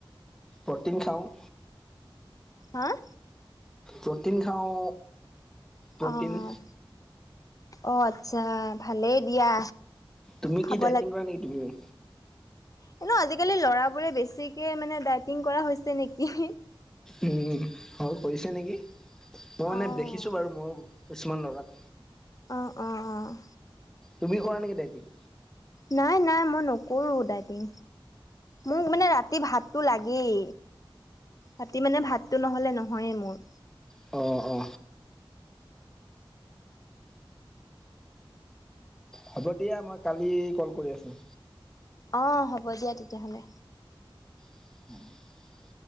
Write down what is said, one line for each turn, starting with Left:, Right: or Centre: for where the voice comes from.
Centre: প্ৰটিন খাওঁ।
Left: হাঁ
Centre: প্ৰটিন খাওঁ, প্ৰ'টিন
Left: অ', অ' আচ্ছা, ভালেই দিয়া
Centre: তুমি
Left: খাব
Centre: কি ডায়েটিং কৰা নেকি তুমিও?
Left: হ'লেও আজিকালি লৰাবোৰে বেছিকে মানে ডায়েটিং কৰা হৈছে নেকি!
Centre: উম, হয় কৰিছে নেকি, মই মানে
Left: অ',
Centre: দেখিছো বাৰু মোৰ কিছুমান লগা
Left: অ, অ, অ'
Centre: তুমি কৰা নেকি ডায়েটিং
Left: নাই, নাই, মই নকৰো ডাইটিং মোক মানে ৰাতি ভাতটো লাগেই ৰাতি মানে ভাতটো নহলে নহয়ে মোৰ
Centre: অ, অ' হ'ব দিয়া মই কালি কল কৰি আছোঁ।
Left: অ, হ'ব দিয়া তেতিয়াহ'লে।
Centre: <inaudible>